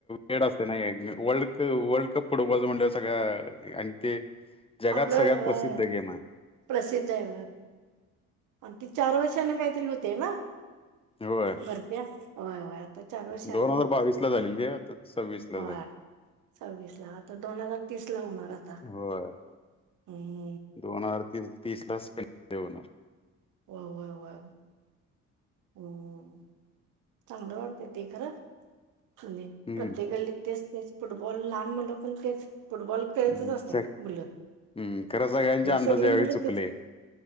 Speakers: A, on the left (about 20°); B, on the right (about 80°).
A: वेळ असते नाही वर्ल्ड कप फुटबॉलच म्हणलं सगळ्या आणि ते जगात
B: आपलं
A: सगळ्यात
B: होय
A: प्रसिद्ध गेम आहे.
B: प्रसिद्ध आहे आणि ती चार वर्षने काहीतरी होते ना?
A: होय
B: भरती होय होय आता चार वर्षना
A: दोन हजार बावीस ला झालेली आहे आता सव्वीस ला
B: होय
A: झाली
B: सव्वीस ला आता दोन हजार तीस ला होणार आता.
A: होय.
B: हम्म
A: दोन हजारी तीस तीसलाच स्पें होणार.
B: होय होय हम्म चांगलं वाटत ते खरं त
A: हम्म
B: प्रत्येका गली तेच तेच फुटबॉल लहान मुलं पण तेच फुटबॉल खेळतच
A: हम्म
B: असत्यात
A: हम्म
B: मुलं
A: खरां सगळ्यांच्या अंदाज
B: सगळी
A: यावेेळी
B: मुलं
A: चुकले.
B: तेच